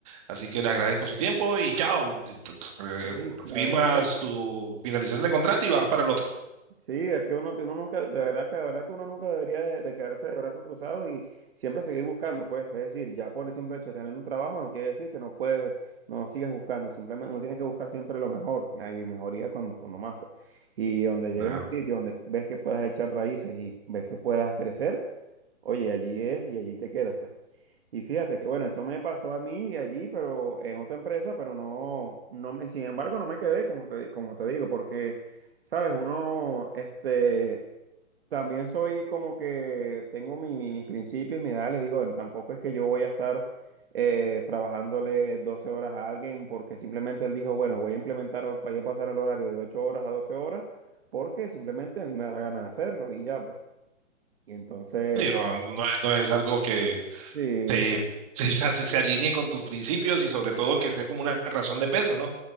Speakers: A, on the right; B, on the right.
A: así que le agradezco su tiempo y chao, y te- te- te-
B: sí, la
A: firmas
B: verdad, bueno,
A: tu finalización de contrato y vas para el otro.
B: sí, es que uno, uno nunca, de verdad que, la verdad que uno nunca debería de, de quedarse de brazos cruzados y siempre seguir buscando, pues. Es decir, ya por el simple hecho de tener un trabajo no quiere decir que no puedes, no sigas buscando, simplemente uno tiene que buscar siempre lo mejor, hay mejoría cuando, cuando más, pues. Y donde llegues
A: Claro.
B: a un sitio donde ves que puedas echar raíces y ves que puedas crecer, oye, allí es y allí te quedas, pues. Y fíjate que bueno, eso me pasó a mí y allí, pero en otra empresa, pero no, no me, sin embargo, no me quedé, como te, como te digo, porque, sabes, uno, este, también soy como que tengo mi, mi- mis principios, mis ideales, digo, bueno, tampoco es que yo voy a estar eh, trabajándole 12 horas a alguien, porque simplemente él dijo, bueno, voy a implementar, o- voy a pasar el horario de 8 horas a 12 horas, porque simplemente a mí me da la gana de hacerlo y ya, pues. Y entonces,
A: Sí, no, no, no no es algo que
B: sí.
A: te, <laughs> se, se- se alinee con tus principios y sobre todo que sea como una razón de peso, ¿no? O